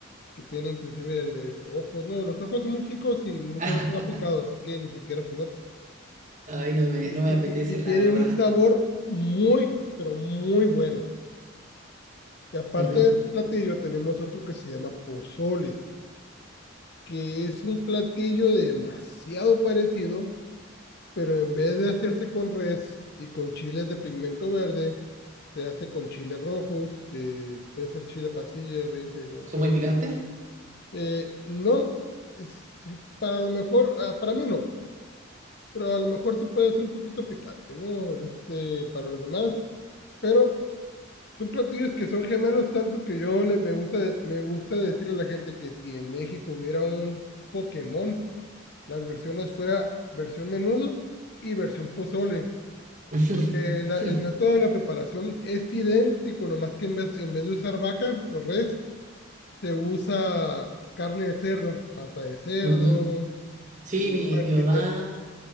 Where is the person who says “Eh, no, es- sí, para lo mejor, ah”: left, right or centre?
Left